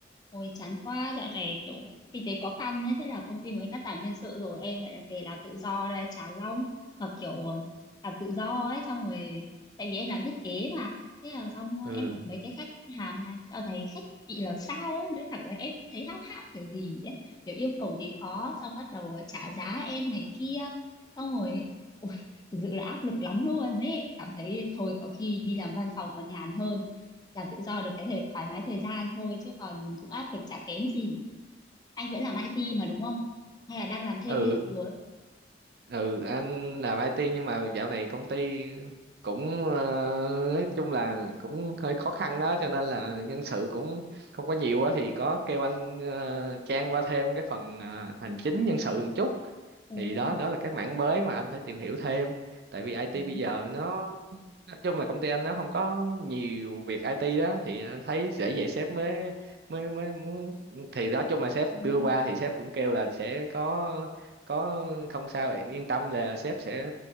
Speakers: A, on the left; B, on the right.
A: Ôi chán quá, dạo này kiểu kinh tế khó khăn đấy, thế là công ty mới cắt giảm nhân sự rồi em lại lại về làm tự do đây, chán lắm. Mà kiểu ờ, làm tự do ấy, xong rồi tại vì em làm thiết kế mà, thế là xong ờ,
B: ừ
A: em gặp mấy cái khách hàng này, dạo này khách bị làm sao ấy, nói thẳng là em thấy háo hao kiểu gì ấy, kiểu yêu cầu thì khó, xong bắt đầu ờ, trả giá em này kia, xong rồi ôi thực sự là áp lực lắm luôn ấy, cảm thấy thôi có khi đi làm văn phòng còn nhàn hơn làm tự do được cái thời, thoải mái thời gian thôi chứ còn cũng áp lực chả kém gì anh vẫn làm IT mà đúng không hay là đang làm thêm
B: ừ
A: cái gì rồi
B: ừ anh làm IT nhưng mà dạo này công ty cũng ờ, nói chung là cũng hơi khó khăn đó cho nên là nhân sự cũng không có nhiều á thì có kêu anh ờ, Trang qua thêm cái phần ờ, hành chính nhân sự một chút
A: ừ
B: thì đó đó là cái mảng mới mà anh phải tìm hiểu thêm tại vì IT
A: ừ
B: bây giờ nó nói chung là công ty anh nó không có nhiều việc IT đó thì anh thấy dễ vậy sếp mới mới mới muốn thì nói chung là
A: <laughs>
B: sếp đưa
A: ừ
B: qua thì sếp cũng kêu là sẽ có có không sao vậy yên tâm là sếp sẽ